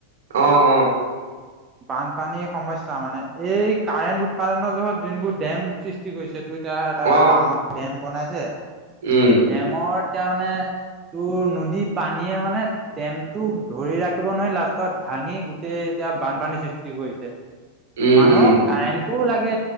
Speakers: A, on the right; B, on the right.
A: অ।
B: বানপানীৰ সমস্যা মানে এই কাৰেণ্ট উৎ পাদনৰ জহত যিবোৰ ডেম সৃষ্টি তি কৰিছে তোৰ এতিয়া এটা
A: অ
B: ডাঙৰ ডেম বনাইছে,
A: উম
B: ডেমৰ এতিয়া মানে তোৰ নদী পানীয়ে মানে ডেমটোক ধৰি ৰাখিব নোৱাৰি লাষ্টত ভাঙি গোটেই এতিয়া বানপানীৰ সৃষ্টি কৰিছে।
A: উম
B: মানুহক
A: উম
B: কাৰেণ্ট টো লাগে,